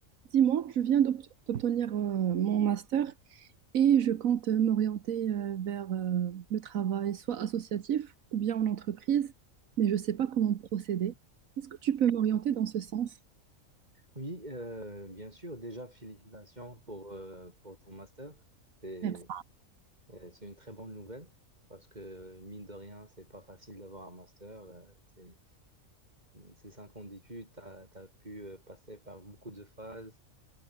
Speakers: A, on the right; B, on the right.
A: Dis-moi, je viens d'ob- d'obtenir euh, mon master et je compte euh, m'orienter euh, vers euh, le travail, soit associatif ou bien en entreprise, mais je ne sais pas comment procéder. Est-ce que tu peux m'orienter dans ce sens?
B: Oui, euh, bien sûr. Déjà, félicitations pour, euh, pour ton master. C'est,
A: Merci.
B: euh, c'est une très bonne nouvelle parce que, mine de rien, c'est pas facile d'avoir un master. Euh, c'est, ces cinq ans d'études, tu as, pu euh, passer par beaucoup de phases,